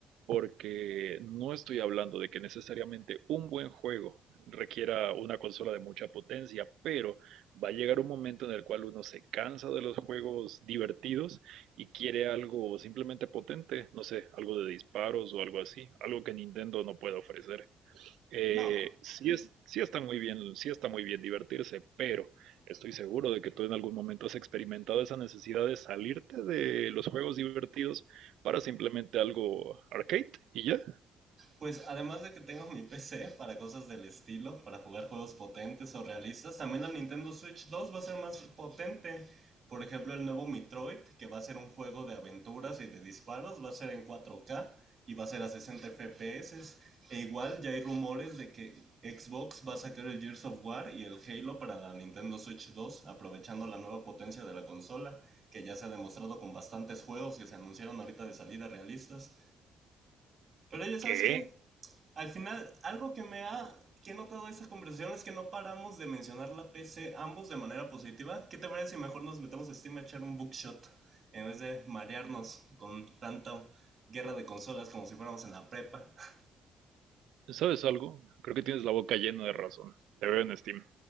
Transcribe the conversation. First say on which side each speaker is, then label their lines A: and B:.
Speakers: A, on the right; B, on the right.
A: porque no estoy hablando de que necesariamente un buen juego requiera una consola de mucha potencia, pero va a llegar un momento en el cual uno se cansa de los juegos divertidos y quiere algo simplemente potente, no sé, algo de disparos o algo así, algo que Nintendo no puede ofrecer. Eh,
B: No,
A: sí es, sí está muy bien, sí está muy bien divertirse, pero estoy seguro de que tú en algún momento has experimentado esa necesidad de salirte de los juegos divertidos para simplemente algo arcade y ya.
B: Pues además de que tengo mi PC para cosas del estilo, para jugar juegos potentes o realistas, también la Nintendo Switch 2 va a ser más potente. Por ejemplo, el nuevo Metroid, que va a ser un juego de aventuras y de disparos, va a ser en 4K y va a ser a 60 FPS. E igual ya hay rumores de que Xbox va a sacar el Gears of War y el Halo para la Nintendo Switch 2, aprovechando la nueva potencia de la consola, que ya se ha demostrado con bastantes juegos que se anunciaron ahorita de salida realistas. Pero ya sabes
A: ¿Qué?
B: qué, al final, algo que me ha que he notado de esta conversación es que no paramos de mencionar la PC ambos de manera positiva. ¿Qué te parece si mejor nos metemos a Steam a echar un bookshot en vez de marearnos con tanta guerra de consolas como si fuéramos en la prepa? <laughs>
A: ¿Sabes algo? Creo que tienes la boca llena de razón. Te veo en Steam.